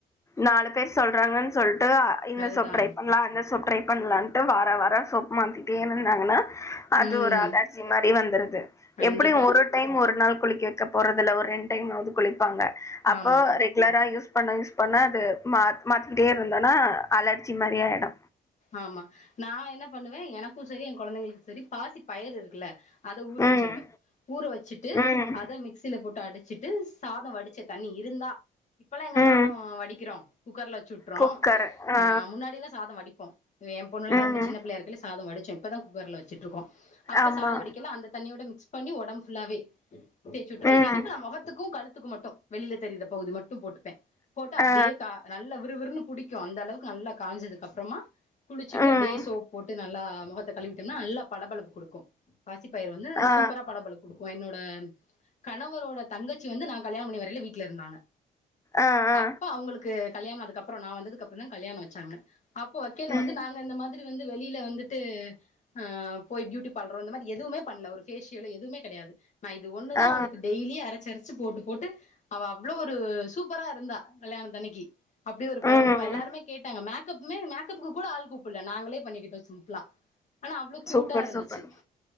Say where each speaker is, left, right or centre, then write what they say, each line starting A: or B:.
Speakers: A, on the left; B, on the left.
A: நாலு பேர் சொல்றாங்கன் சொல்ட்டு ஆ இந்த
B: அதுதா
A: சோப் ட்ரை பண்லா அந்த சோப் ட்ரை பண்ணலான்ட்டு வார வாரோ சோப் மாத்திட்டே இருந்தாங்கன்னா அது
B: ம்
A: ஒரு அலர்ஜி மாரி வந்துருது
B: கண்டிப்பா
A: எப்புடியு ஒருட் டைம் ஒரு நாள் குளிக்க வெக்க போறது இல்ல ஒரு ரெண்டு டைம்மாவது குளிப்பாங்க அப்போ
B: ஆமா
A: ரெ ரெகுலரா யூஸ் பண்ண யூஸ் பண்ண அது மா மாற்றிக்கிட்டே இருந்தோன்னா அலர்ஜி மாரி ஆயிடு
B: ஆமா நா என்ன பண்ணுவே எனக்கு செரி ஏ கொழந்தைங்களுக்கு செரி பாசிப் பயிறு இருக்குல்ல அத ஊற
A: ம்
B: வச்சுருவே ஊற வச்சுட்டு
A: ம்
B: அத மிக்சியில போட்டு அடிச் சிட்டு சாதோ வடிச்ச தண்ணி இருந்தா இப்பல்லா எங்க சாதம்
A: ம்
B: வடிக்கிறோம் குக்கர்ல வச்சு விட்டுர்றோம்
A: குக்கர் ஆ
B: அ முன்னாடி எல்லா சாதம் வடிப்போம் ஏ பொண்ணுல்லா
A: ம்
B: ரொம்ப சின்ன புள்ளையா இருக்கையில சாதம் வடிச்சே இப்பதா குக்கர்ல வச்சிட்ருக்கோ அப்ப
A: ஆமா
B: சாதோ வடிக்கேல அந்த தண்ணியோட மிக்ஸ் பண்ணி ஒடம்பு ஃபுல்லாவே தேய்ச்சு விட்ருவே
A: ம்
B: எனக்கு நா மொகத்துக்கு கழுத்துக்கும் மட்டு வெளியில தெரியிற பகுதி மட்டும் போட்டுப்பே போட்டா அப்டியே
A: ஆ
B: கா நல்லா விறுவிறுன்னு புடிக்கும் அந்த அளவுக்கு நல்லா காஞ்சதுக்கு அப்றமா குளிச்சுட்டு
A: ம்
B: அப்டியே சோப் போட்டு நல்லா முகத்த கழுவிட்டம்னா நல்லா பளபளப்பு குடுக்கு பாசிப்பயறு வந்து
A: ஆ
B: சூப்பரா பளபளக்கு குடுக்கு என்னோட கணவரோட தங்கச்சி வந்து நா கல்யாணம் பண்ணி வரையில வீட்ல இருந்தாங்க
A: ஆ ஆ
B: அப்ப அவுங்களுக்கு கல்யாணோ ஆனதுக்கப்பறோ நா வந்ததுக்கப்பறோ தா கல்யாணோ வச்சாங்க அப்ப வ க்கேல
A: ம்
B: வந்து நாங்க இந்த மாதிரி வந்து வெளில வந்துட்டு ஆ போயி ப்யூட்டி பார்லரோ இந்த மாரி எதுமே பண்ணல ஒரு பேஷியலோ எதுமே கெடையாது நா இது ஒண்ணுதா
A: ஆ
B: அவளுக்கு டெய்லி அரச்சரச் ச்சு போட்டு போட்டு அவ அவ்ளோ ஒரு சூப்பரா இருந்தா கல்யாண தன்னக்கி அப்டி ஒரு பலபலப்பா
A: ம்
B: எல்லாருமே கேட்டாங்க மேக்கப்மே மேக் கப்க்கு கூட ஆள் கூப்பல்ல நாங்களே பண்ணிக்கிட்டோ சிம்பிளா ஆனா அவ்ளோ கியூட்டா
A: சூப்பர்
B: இருந்துச்சு
A: சூப்பர்